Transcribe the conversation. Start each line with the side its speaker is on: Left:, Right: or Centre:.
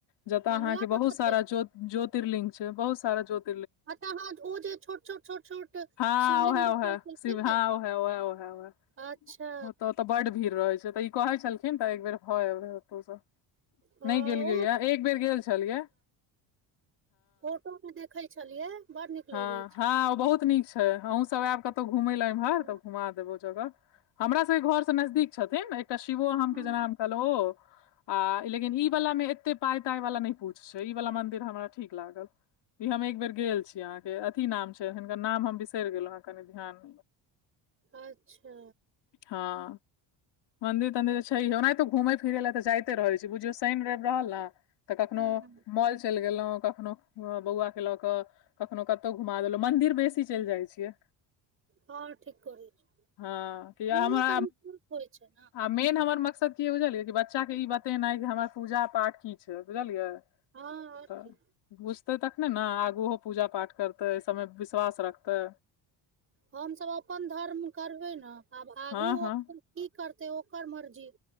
Left: जतऽ
Right: मंगला
Left: अहाँके
Right: महादेव
Left: बहुत सारा ज्यो ज्योतिर्लिंग छै बहुत सारा ज्योति
Right: अच्छा हाँ ओ जे छोट छोट छोट छोट
Left: हँ
Right: शिवलिंग
Left: ओहे
Right: देखाइ
Left: ओहे
Right: छै
Left: शिव हँ
Right: से
Left: ओहे ओहे हँ
Right: अच्छा
Left: ओ त तऽ बड भीड़ रहैत छै तऽ ई कहै छलखिन तऽ एकबेर भऽ एबै
Right: हँ,
Left: नहि गेलियै
Right: ओ
Left: या एक बेर गेल छलिये
Right: फोटोमे देखैत छलियै बड़ नीक
Left: हँ
Right: लगै छै
Left: हँ ओ बहुत नीक छै अहूँसभ आयब कतहु घुमय लए एम्हर
Right: हँ
Left: तऽ घुमा देब ओ जगह हमरा सबके घर से नजदीक छथिन तऽ शिवो हम
Right: हूँ
Left: के जेना कहलो आ लेकिन ई वाला मे एते पाय ताय वाला नहि पूछ छै ई वाला मंदिर हमरा ठीक लागल ई हम एक बेर गेल छी अहां के अथी नाम छै हिनकर नाम हम बिसरि गेलो हँ कनि ध्यान
Right: अच्छा
Left: हँ मन्दिर तन्दिर तऽ छै हे ओनाहितो घूमैत फिरै लए तऽ जाइते रहै छै बुझियौ शनि रवि रहल ने तऽ कखनो
Right: हँ
Left: मॉल चलि गेलहुँ कखनोहु बौआकेँ लऽ कऽ कखनो कतहु घुमा लेलहुँ मन्दिर बेसी चलि जाय छियै
Right: हँ ठीक करै छी
Left: हँ कि या
Right: मोनो
Left: हमरा
Right: क होइ छै ने
Left: आ मेन हमर मकसद की बुझलियै कि बच्चाके ई बतेनाइ कि हमर पूजा पाठ की छै बुझलियै
Right: आओर
Left: तऽ
Right: की
Left: बुझतै तखने ने आगू ओहो पूजा पाठ करतै आय सबमे विश्वास रखतै
Right: हमसभ अपन धर्म करबै ने आब आगू
Left: हँ हँ
Right: की करतै ओकर मर्जी